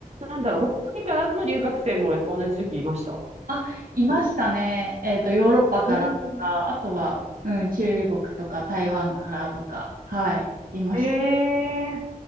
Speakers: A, on the right; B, on the right.
A: なんだろう、北国からの留学生もやっぱ同じ時期いました。
B: あ、いましたね。えっと、ヨーロッパからとか、
A: うん。
B: あとは、うん、中国とか台湾からとか、はい、いました。
A: ええ